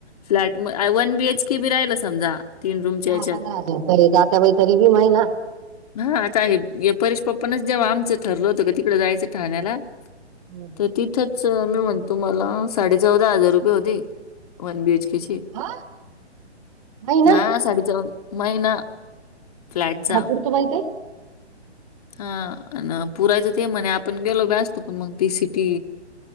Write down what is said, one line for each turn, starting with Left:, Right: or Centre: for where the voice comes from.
Left: फ्लॅट म वन बीएच के बी राहिल समजा! रूमच्या
Right: दहा
Left: ह्याच्यात.
Right: पंधरा हजार रुपये जात्या बाई तरी बी होय ना?
Left: हा आता आहे परेश पप्पानाच जेव्हा आमचं ठरलं होतं का तिकडं जायचं ठाण्याला
Right: <unintelligible>
Left: तिथेच मी म्हणतो मला साडे चौदा हजार रुपये होते वन बीएचकेचे.
Right: हा महिना
Left: हा साडेचा चौदा महिना. फ्लॅटचा.
Right: काय पुरतं बाई ते!
Left: हा पुरायचं ते म्हणे आपण गेलो बी असतो, पण मग ती सिटी